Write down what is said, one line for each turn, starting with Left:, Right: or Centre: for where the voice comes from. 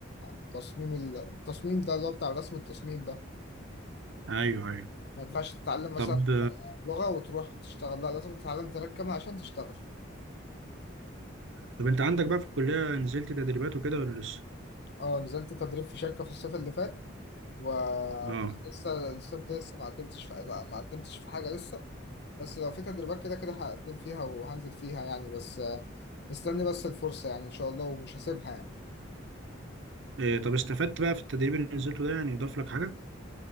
Left: التصميم التصميم ده اللي هو بتاع رسم التصميم ده
Right: ايوه ايوه
Left: ما ينفعش تتعلم مثلا
Right: طب
Left: لغه وتروح تشتغل لا لازم تتعلم تراك كامل عشان تشتغل
Right: طب انت عندك بقى في الكلية نزلت تدريبات وكده ولا لسه
Left: اه نزلت تدريب في شركه في الصيف اللي فات و
Right: اه
Left: بس لسه لسه لسه ما قدمتش في... لا، ما قدمتش في حاجه لسه بس لو في تدريبات كده كده هقدم فيها وهنزل فيها يعني بس آه، مستني بس الفرصة يعني إن شاء الله ومش هسيبها يعني
Right: إيه طب استفدت بقى في التدريب اللي نزلته ده يعني اضاف لك حاجة